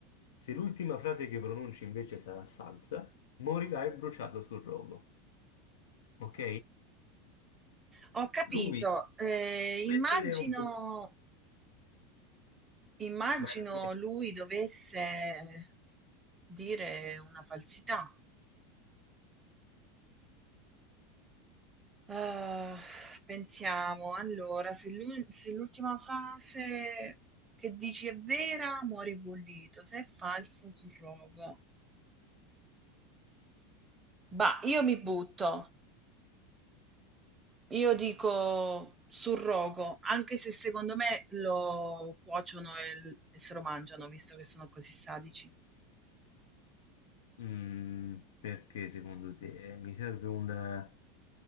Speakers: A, on the left; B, on the right.
A: Se l'ultima frase che pronunci invece sarà falsa, morirai bruciato sul rogo. Ok?
B: Ho capito.
A: Lui
B: Ehm,
A: mettere
B: immagino
A: un po'.
B: immagino
A: Vai, vai.
B: lui dovesse dire una falsità. Ah, pensiamo, allora, se l'ul- se l'ultima frase che dici è vera, muori bollito, se è falsa, surrogo. Bah, io mi butto, io dico surrogo, anche se secondo me lo cuociono e, l- e se lo mangiano, visto che sono così sadici.
A: Mm, perché secondo te mi serve un